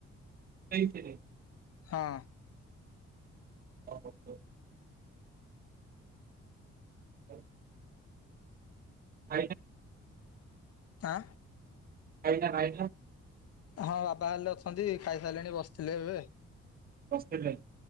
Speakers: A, on the right; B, on the left.
A: ଏଇ ଥିରେ।
B: ହଁ।
A: ଅ ହୋ। ହଉ <inaudible> <unintelligible>
B: ହାଁ
A: ଏଇଟା ଖାଇଚୁ
B: ହଁ ବାବା ହେଲେ ଅଛନ୍ତି ଖାଇସାରିଲେଣି ବସିଥିଲେ ଏବେ
A: ବସିଥିଲେ